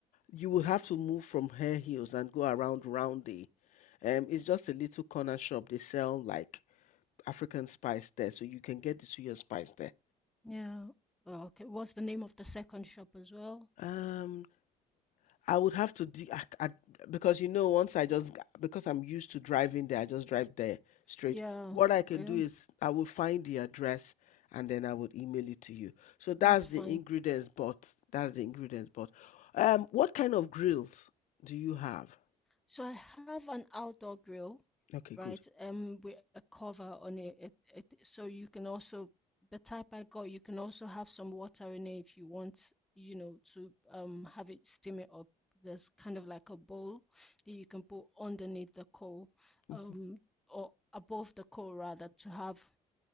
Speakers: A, on the left; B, in the centre.
A: you will have to move from Hare heels and go around Roundy. Um, it's just a little corner shop. They sell like African spice there, so you can get the suya spice there.
B: Yeah. Okay. What's the name of the second shop as well?
A: Um, I would have to de- I, I, because you know once I just because I'm used to driving there, I just drive there straight.
B: Yeah,
A: What I can
B: yeah,
A: do is I will find the address and then I would email it to you. So that's
B: that's
A: the
B: fine.
A: ingredients, but that's the ingredients, but um, what kind of grills do you have?
B: So I have an outdoor grill,
A: Okay,
B: right?
A: good.
B: Um, with a cover on it. It, it. So you can also, the type I got, you can also have some water in it if you want, you know, to um have it steam it up. There's kind of like a bowl that you can put underneath the coal,
A: Mhm.
B: um, or above the coal rather, to have